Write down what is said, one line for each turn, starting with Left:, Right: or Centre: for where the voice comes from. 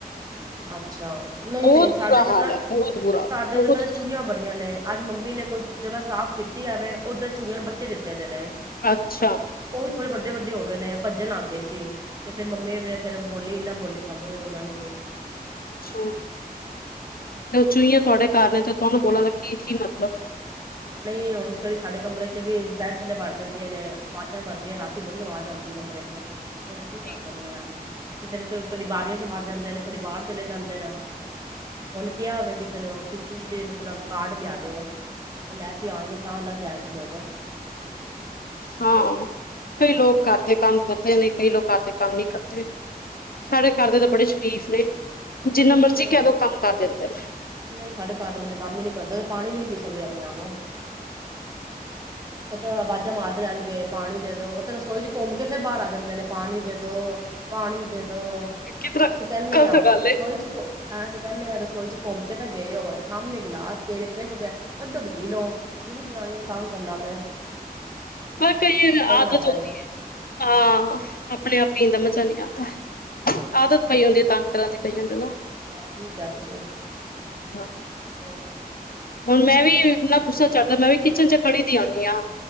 Right: ਅੱਛਾ ਨਹੀਂ
Left: ਬਹੁਤ
Right: ਨਹੀਂ ਸਾਡੇ
Left: ਬੁਰਾ
Right: ਤੇ
Left: ਹਾਲ
Right: ਤਾਂ
Left: ਹੈ ਬਹੁਤ ਬੁਰਾ
Right: ਸਾਡੇ
Left: ਬਹੁਤ
Right: ਤੇ ਤਾਂ ਚੂਈਆਂ ਬੜੀਆਂ ਨੇ ਅੱਜ ਮੰਮੀ ਨੇ ਕੋਈ ਜਗ੍ਹਾ ਸਾਫ਼ ਕੀਤੀ ਜਾਵੇ ਉੱਧਰ ਚੂਹੀਆਂ ਨੇ ਬੱਚੇ ਦਿੱਤੇ ਦੇ ਨੇ
Left: ਅੱਛਾ
Right: ਉਹ ਵੀ ਥੋੜੇ ਵੱਡੇ ਵੱਡੇ ਹੋਗੇ ਨੇ ਭੱਜਣ ਆ ਗਏ ਸੀ ਤੇ ਫਿਰ ਮੰਮੀ ਫਿਰ ਬੋਲੀ ਇਹ ਨਾ ਬੋਲੀ ਸਾਨੂੰ ਵੀ ਉਹਨਾਂ ਨੂੰ ਵੀ
Left: ਅੱਛਾ ਤੇ ਉਹ ਚੂਹੀਆਂ ਤੁਹਾਡੇ ਘਰ ਨੇ ਤੇ ਤੁਹਾਨੂੰ ਬੋਲਣ ਦਾ ਕੀ ਕੀ ਮਤਲਬ
Right: ਨਹੀਂ ਹੁਣ ਕੀ ਸਾਡੇ ਕਮਰੇ ਚ ਵੀ ਬੈਠ ਥੱਲੇ ਵੜ ਜਾਂਦੀਆਂ ਨੇ ਆਵਾਜ਼ਾਂ ਕਰਦੀਆਂ ਰਾਤੀ ਬੜੀ ਆਵਾਜ਼ ਆਉਂਦੀ ਕਮਰੇ ਚ ਤੇ ਹੁਣ ਕੀ ਕਰ
Left: ਠੀਕ
Right: ਸਕਦੇ ਆ ਤੇ ਫੇਰ ਕਦੀ ਬਾਰੀਆਂ ਚ ਮਾਰ ਜਾਂਦੇ ਨੇ ਕਦੇ ਬਾਹਰ ਚਲੇ ਜਾਂਦੇ ਨੇ ਹੁਣ ਕਿਹਾ ਹੋਵੇ ਕਿਸੇ ਨੂੰ ਕਿ ਚੂਈ ਦੇ ਮਤਲਬ ਕਾਰਡ ਲਿਆ ਦਿਓ ਉਹ ਲੈ ਕੇ ਆਉਣਗੇ ਤਾਂ ਨਾ ਜੈਨਸ ਲੋਕ
Left: ਹਾਂ ਕਈ ਲੋਕ ਘਰ ਦੇ ਕੰਮ ਕਰਦੇ ਨੇ ਕਈ ਲੋਕ ਘਰ ਦੇ ਕੰਮ ਨਹੀਂ ਕਰਦੇ ਸਾਡੇ ਘਰ ਦੇ ਤਾਂ ਬੜੇ ਸ਼ਰੀਫ ਨਹੀਂ ਜਿੰਨਾ
Right: ਨਹੀਂ
Left: ਮਰਜ਼ੀ ਕਹਿ ਲਓ ਕੰਮ ਕਰ ਦਿੰਦੇ ਨੇ
Right: ਨਹੀਂ ਸਾਡੇ ਘਰ ਦੇ ਬੰਦੇ ਕੰਮ ਹੀ ਨੀ ਕਰਦੇ ਪਾਣੀ ਵੀ ਨੀ ਪੀ ਸਕਦੇ ਆਪਣੇ ਆਪ ਉਹ ਤੇ ਬਾਜਾਂ ਮਾਰਦੇ ਰਹਿਣਗੇ ਪਾਣੀ ਦੇ ਦੋ ਉਥੇ ਰਸੋਈ ਚ ਘੁੰਮ ਕੇ ਫੇਰ ਬਾਹਰ ਆ ਜਾਂਦੇ ਨੇ ਪਾਣੀ ਦੇ ਦੋ ਪਾਣੀ ਦੇ ਦੋ
Left: ਕਿਧਰ
Right: ਅਸੀਂ ਕਹਿਨੇ
Left: ਗ਼ਲਤ
Right: ਆ
Left: ਗੱਲ
Right: ਰਸੋਈ
Left: ਏ
Right: ਚ ਅਸੀਂ ਕਹਿੰਦੇ ਆ ਰਸੋਈ ਚ ਘੁੰਮ ਕੇ ਤਾਂ ਗਏ ਹੋ ਸਾਹਮਣੇ ਗਿਲਾਸ ਪੇ ਫਰਿੱਜ ਪਿਆ ਕੱਢੋ ਦ ਪੀਲਓ ਜਰੂਰੀ ਜਨਾਨੀਆਂ ਨੇ ਤਾਂ ਵੀ ਕਰਨਾ ਪਿਆ
Left: ਬ ਕਈ ਆਦਤ
Right: ਆਉਂਦਾ
Left: ਹੁੰਦੀ
Right: ਏਦਾਂ
Left: ਏ ਹਾਂ ਆਪਣੇ ਆਪ ਹੀਦਾ ਮਤ ਅੱਚਾ ਨਹੀ ਆਤਾ ਆਦਤ ਪਈ
Right: ਹਾਂਜੀ
Left: ਹੁੰਦੀ ਹੈ, ਤਾਂਗ ਕਰਨ ਦੀ ਨਾ
Right: ਹਾਂ ਠੀਕ ਆ ਤੁਸੀਂ
Left: ਹਾਂ
Right: ਹੋਰ
Left: ਹੁਣ ਮੈਂ ਵੀ ਕਿਚਨ ਵਿੱਚ ਖੜੀ ਰਹਿੰਦੀ ਆ,